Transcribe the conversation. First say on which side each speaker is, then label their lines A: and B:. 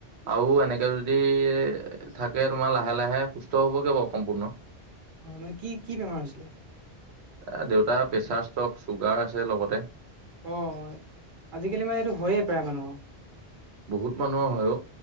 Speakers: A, on the right; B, on the right.
A: আৰু এনেকে যদি থাকে তোমাৰ লাহে-লাহে সুস্থ হবগে বাৰু সম্পূৰ্ণ।
B: হয় মানে কি কি বেমাৰ হৈছিলে?
A: এ দেউতা প্ৰেচাৰ ষ্টক, চুগাৰ আছে লগতে।
B: অ আজিকালি মানে এইটো হয়য়ে প্ৰায় মানুহৰ।
A: বহুত মানুহৰ হয়ও।